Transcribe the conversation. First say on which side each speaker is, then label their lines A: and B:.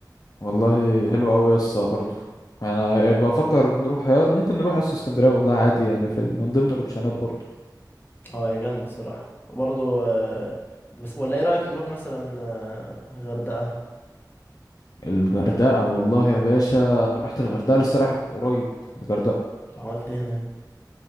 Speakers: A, on the left; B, on the left.
A: والله حلو قوي يا اسطى برضه انا بفكر نروح ممكن نروح يا اسطى اسكندريه والله عادي يعني في ال- من ضمن الاوبشنات برضه
B: اه هي جامدة الصراحة وبرضه آه، بس ولا ايه رأيك نروح مثلا آه، غردقة
A: الغردقه والله يا باشا انا رحت الغردقه لسه رايح قريب الغردقه
B: لو عملت إيه هناك